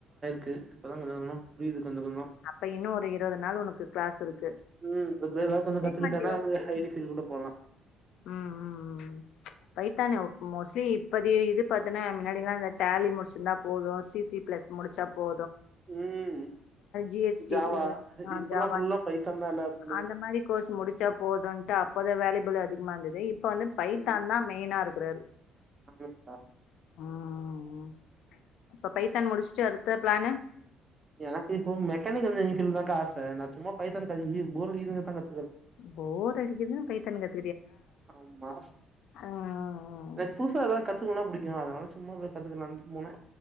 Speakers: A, on the right; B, on the left.
A: க் இப்பதான் கொஞ்சம் புரியுது கொஞ்சம் கொஞ்சம்
B: அப்ப இன்னும் ஒரு இருபது நாள் உனக்கு கிளாஸ் இருக்கு
A: ம் ஏதாது கொஞ்சம்
B: பேமெண்ட்
A: கத்துக்கிட்டேன்னா
B: எவ்ளோ
A: ஐ டி ஃபீல்டு கூட போலாம்
B: ம் ம் ம் பைத்தானு மோஸ்ட்லி இப்பத்த இது பாத்தேன்னா முன்னாடிலா இந்த டேலி முடிச்சிருந்தா போதும் சி சி பிளஸ் முடிச்சா போ
A: ம்
B: பி ஹெச் டி
A: ஜாவா இப்பல்லா
B: ஜாவா
A: ஃபுல்லா பைத்தான் தா எல்லா எடத்துலயு
B: அந்த மாரி கோர்ஸ் முடிச்சா போதும் அப் மொத வேலியபிள் அதிகமா இருந்தது இப்ப வந்து பைத்தான்
A: ம்
B: தா மெயினா இருக்கு <unintelligible>
A: <unintelligible>
B: ம் ம் அப்ப பைத்தான் முடிச்சுட்டு அடுத்த பிளானு
A: எனக்கு இப்போ மெக்கானிக்க் இனி தாங்க ஆசை நா சும்மா பைத்தான் <unintelligible> போர் அடிக்குது தாங்கா
B: போர் அடிக்குதுன்னு பைத்தன் கத்
A: ஆமா
B: ம்
A: எனக் புதுசா எதா கத்துக்கணுனா புடிக் யு அதனால சும்மா பேசாட்டுக்கு நந்து போனெ